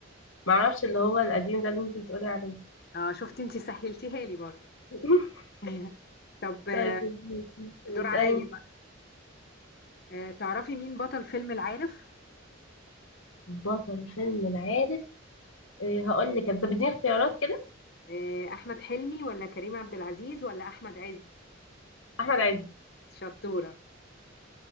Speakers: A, on the left (about 80°); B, on the left (about 50°).
A: فمعرفش اللي هو القديم ده اللي انت بتقولي عليه
B: اه شفتي انت سهلتيها لي برضه
A: <laughs>
B: <laughs> طب آه،
A: طيب اسألي
B: الدور عليا
A: انت
B: بقى آه، تعرفي مين بطل فيلم العارف؟
A: بطل فيلم العارف آه، هقول لك انت بتديني اختيارات كده
B: آه، احمد حلمي ولا كريم عبد العزيز ولا احمد عز؟
A: احمد عز
B: شطورة